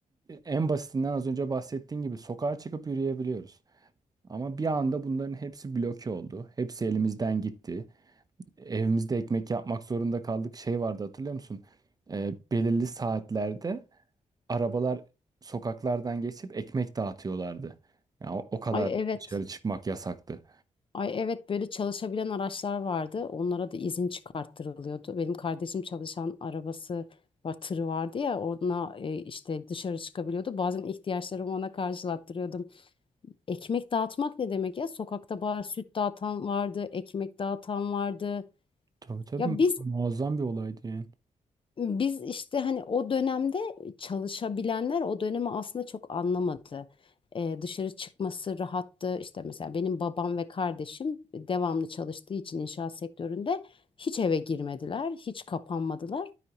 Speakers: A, on the right; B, on the left.
A: En basitinden az önce bahsettiğin gibi sokağa çıkıp yürüyebiliyoruz. Ama bir anda bunların hepsi bloke oldu. Hepsi elimizden gitti. Evimizde ekmek yapmak zorunda kaldık. Şey vardı hatırlıyor musun? Ee, belirli saatlerde arabalar sokaklardan geçip ekmek dağıtıyorlardı. Ya o o kadar
B: Ay evet.
A: dışarı çıkmak yasaktı.
B: Ay evet böyle çalışabilen araçlar vardı. Onlara da izin çıkarttırılıyordu. Benim kardeşim çalışan arabası var, tırı vardı ya ona e, işte dışarı çıkabiliyordu. Bazen ihtiyaçlarımı ona karşılattırıyordum. Ekmek dağıtmak ne demek ya? Sokakta bar süt dağıtan vardı, ekmek dağıtan vardı.
A: Tabii tabii
B: Ya biz
A: muazzam bir olaydı yani.
B: Biz işte hani o dönemde çalışabilenler o dönemi aslında çok anlamadı. Ee, dışarı çıkması rahattı. İşte mesela benim babam ve kardeşim devamlı çalıştığı için inşaat sektöründe hiç eve girmediler, hiç kapanmadılar.